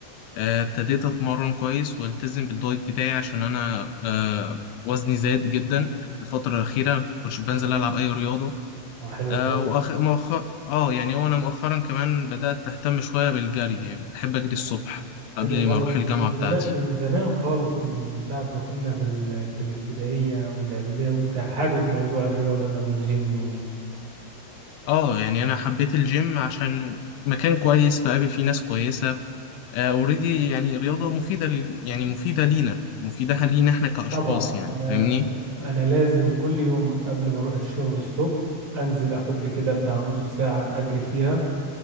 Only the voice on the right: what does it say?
اه حلو
خالص
حلو خالص
انت من
زمان من زمان خالص من ساعة ما كنا في ال... في الابتدائية والإعدادية وانت حابب موضوع الرياضة ده والجيم وال...
طبعا
انا
انا انا لازم كل يوم قبل ما اروح الشغل الصبح انزل اخد لي كده بتاع نص ساعة اجري فيها